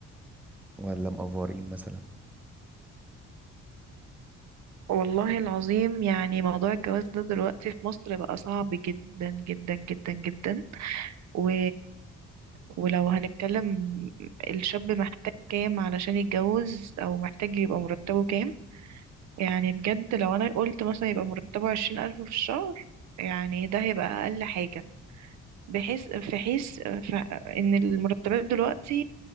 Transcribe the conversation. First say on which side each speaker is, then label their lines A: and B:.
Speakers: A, in the centre; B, on the right.
A: ولا مقفورين مثلا
B: والله العظيم يعني موضوع الجواز ده دلوقتي في مصر بقى صعب جدا جدا جدا جدا و... ولو هنتكلم الشاب محتاج كام علشان يتجوز أو محتاج يبقى مرتبه كام يعني بجد لو أنا قلت مثلا يبقى مرتبه عشرين ألف في الشهر يعني ده هيبقى أقل حاجة بحيث في حيث ف... إن المرتبات دلوقتي